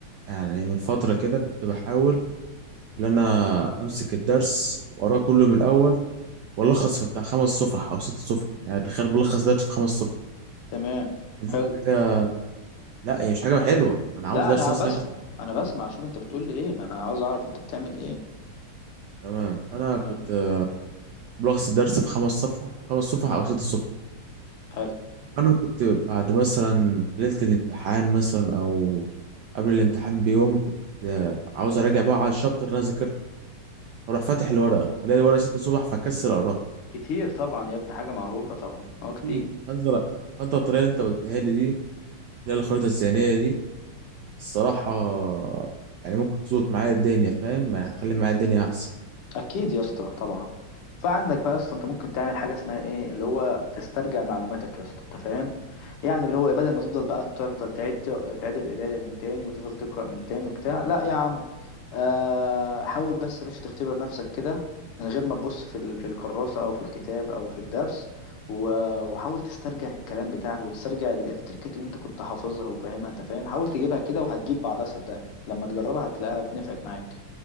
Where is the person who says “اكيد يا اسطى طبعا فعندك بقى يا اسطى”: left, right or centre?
Left